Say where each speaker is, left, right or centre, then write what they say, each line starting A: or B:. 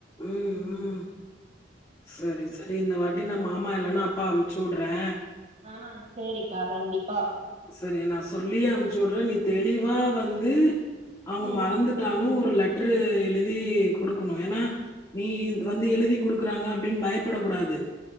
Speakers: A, on the left; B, on the right.
A: ம் ம் சரி சரி இந்த வாட்டி நம்ம மாமா இல்லன்னா அப்பா அம்ச்சி வுடுறே
B: ஆ செரிக்கா கண்டிப்பா
A: செரி நா சொல்லியே அனுச்சு உடுறே நீ தெளிவா வந்து அவுங்க
B: ம்
A: மறந்துட் டாலு ஒரு லெட்டரு எழுதி குடுக்கணு ஏனா நீ வந்து எழுதி குடுக்கறாங்க அப்டின் பயப்பட கூடாது